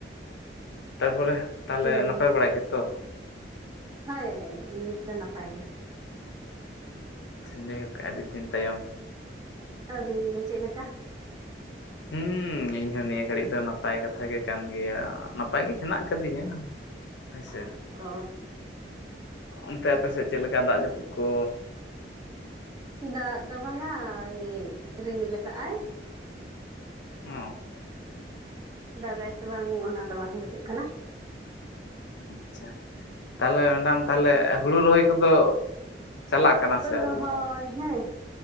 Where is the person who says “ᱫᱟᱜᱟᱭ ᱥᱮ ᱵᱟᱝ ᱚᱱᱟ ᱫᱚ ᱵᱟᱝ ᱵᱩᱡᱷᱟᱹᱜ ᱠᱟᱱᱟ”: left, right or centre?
Right